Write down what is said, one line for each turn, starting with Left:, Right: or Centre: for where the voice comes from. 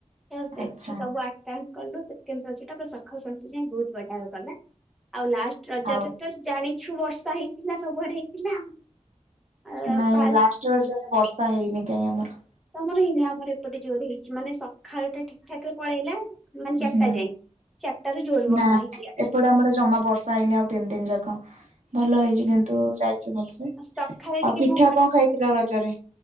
Centre: ସେଠି
Right: ଆଚ୍ଛା
Centre: ସବୁ ଆଟାକ୍ କଲୁ। ସେକେଣ୍ଡ ରଜ ଟା ପୁରା ସ <unintelligible> ଯାଇଁ ବହୁତ ବଢିଆ ଗଲା। ଆଉ ଲାଷ୍ଟ ରଜରେ
Right: ଆଉ
Centre: ତୁ ତ ଜାଣିଛୁ ବର୍ଷା ହେଇଥିଲା ସବୁଆଡେ ହେଇଥିଲା। ଆଉ
Right: ନାଇଁ
Centre: ଫାଷ୍ଟ
Right: ଲାଷ୍ଟ ରଜରେ ବର୍ଷା ହେଇନି କାଇଁ ଆମର।
Centre: ତମର ହେଇନି, ଆମର ଏପଟ ଜୋର ହେଇଚି। ମାନେ ସଖାଳ ଟା ଠିକ୍ ଠାକ୍ ରେ ପଳେଇଲା। ମାନେ ଚାରିଟା
Right: ହୁଁ,
Centre: ଯାଏଁ। ଚାରିଟାରୁ ଜୋର ବର୍ଷା
Right: ନା।
Centre: ହେଇଛି ଇଆଡେ।
Right: ଏପଟେ ଆମର ଜମା ବର୍ଷା ହେଇନି ଆଉ ତିନି ଦିନ ଯାକ। ଭଲ ହେଇଚି କିନ୍ତୁ ଯାଇଚି ଭଲସେ।
Centre: ସକାଳେ
Right: ଆଉ
Centre: ଟିକେ
Right: ପିଠା
Centre: ମୋ ଘର
Right: କଣ ଖାଇଥିଲ ରଜରେ?